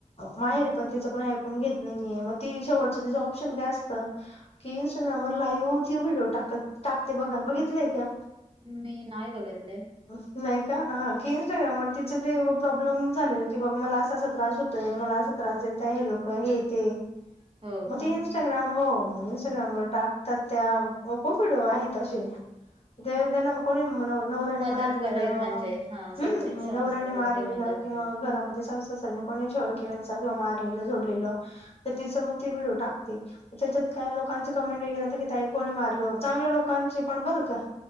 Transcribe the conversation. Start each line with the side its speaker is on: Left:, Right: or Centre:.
Left: माहरी पण तिच कोणी ऐकून घेत नाहीआहे मग तीच शेवटच ऑप्शन काय असत. कि इन्स्टाग्रामवर लाईवचे व्हिडिओ टाकते टाकते बघा बघितलंय आहे का?
Right: मी नाही बघितलय.
Left: नाही का हा. की इन्स्टाग्रामवर तिचं ते प्रॉब्लेम झालेलं, की बाबा मला असा असा त्रास होतोय. मला अस त्रास दे त आहे ते लोकं हे ते.
Right: हो
Left: मग
Right: पण
Left: ते इंस्टाग्राम हो मग इंस्टाग्राम व टाकतात त्या, खूप व्हिडिओ आहेत असे. ते त्यांना कोणी मग नव नवऱ्याने
Right: मदत
Left: मारलेलं
Right: करेल म्हणजे हा
Left: हं,
Right: सगळी
Left: म्हणजे
Right: संस्थे
Left: नवऱ्याने
Right: कोणते
Left: मारलेलं
Right: मदत
Left: किंवा
Right: करेल
Left: घरामध्ये सासू सासऱ्यांनी कोणी छळ केल्याचा किंवा मारलेलं झोडलेलं तर ती समोर ती व्हिडिओ टाकते. त्याच्यात काय लोकांचं कमेंट वेगळं राहतंय, तर काय ताई कोणी मारलं? चांगल्या लोकांचेपण बरं का.